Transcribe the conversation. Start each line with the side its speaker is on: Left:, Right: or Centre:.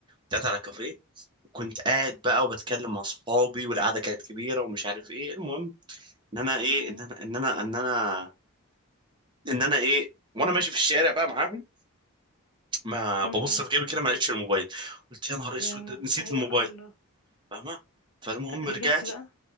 Right: كنت قاعد على كافيه وكنت قاعد بقى وبتكلم مع صحابي والقعده كانت كبيره ومش عارف ايه المهم ان انا ايه
Left: امم
Right: ان انا ان انا ان انا ان انا ايه وانا ماشي في الشارع بقى معاهم ما ببص
Left: امم
Right: في جيبي كده ما لقيتش الموبايل قلت يا نهار اسود
Left: يا م...
Right: نسيت
Left: آه يا
Right: الموبايل
Left: الله
Right: فاهمه فالمهم
Left: ت- رجعت
Right: رجعت
Left: بقى